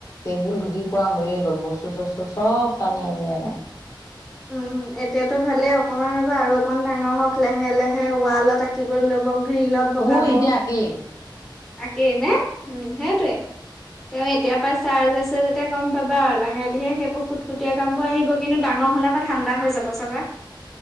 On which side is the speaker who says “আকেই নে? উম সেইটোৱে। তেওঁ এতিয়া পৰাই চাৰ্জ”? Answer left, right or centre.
Centre